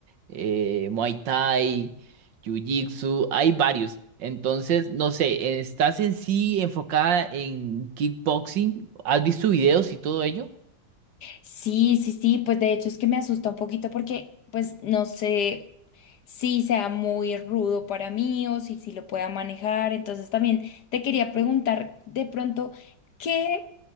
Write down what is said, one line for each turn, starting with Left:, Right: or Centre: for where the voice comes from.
Right: eh, muay thai, jiu-jitsu, hay varios. Entonces, no sé, ¿estás en sí enfocada en kickboxing? ¿Has visto videos y todo ello?
Left: Sí, sí, sí, pues de hecho es que me asusta un poquito porque pues no sé si sea muy rudo para mí o si, si lo pueda manejar. Entonces también te quería preguntar de pronto, ¿qué,